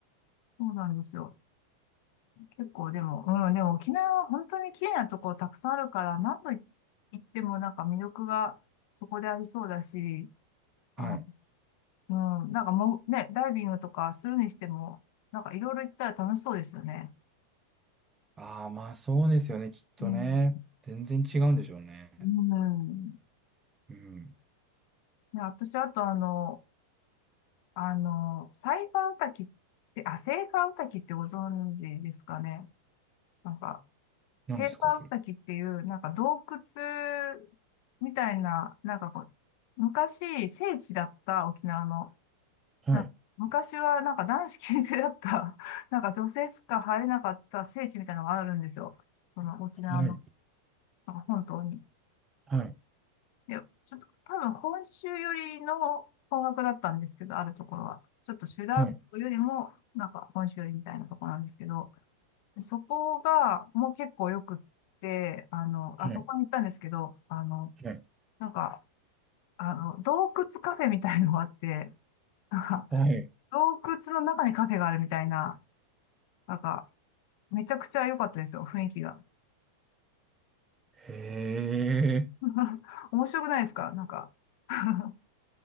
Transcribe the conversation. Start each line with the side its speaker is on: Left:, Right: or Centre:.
Left: そうなんですよ。結構でも、うん、でも沖縄は本当に綺麗なとこたくさんあるから、何度行ってもなんか魅力がそこでありそうだし、
Right: はい。
Left: あうん、なんかもうね、ダイビングとかするにしても、なんかいろいろ行ったら楽しそうですよね。
Right: ああ、まあそうですよね、きっとね。
Left: うん。
Right: 全然違うんでしょうね。
Left: うん。
Right: うん。ん
Left: ね、私、あとあの、あの、サイファーウタキ、せあ、セイファーウタキってご存知ですかね。なんか、セイファーウタキっていう、
Right: 何ですか、それ。
Left: なんか洞窟みたいな、なんかこう、昔、聖地だった沖縄の、
Right: はい。
Left: なんか昔はなんか男子禁制だった、<laughs> なんか女性しか入れなかった聖地みたいなのがあるんですよ。その沖縄の
Right: はい。
Left: なんか本当に。
Right: はい。
Left: いや、ちょっと多分本州よりの方角だったんですけど、あるところは。ちょっと修羅道よりも、
Right: はい。
Left: なんか本州よりみたいなところなんですけど、そこがもう結構よくって、あの、
Right: はい。
Left: あそこに行ったんですけど、あの、
Right: はい。
Left: なんか、あの、洞窟カフェみたいのがあって、なんか、
Right: はい
Left: 洞窟の中にカフェがあるみたいな、なんか、めちゃくちゃ良かったですよ、雰囲気が。
Right: へえ。
Left: <laughs> 面白くないですかなんか <laughs>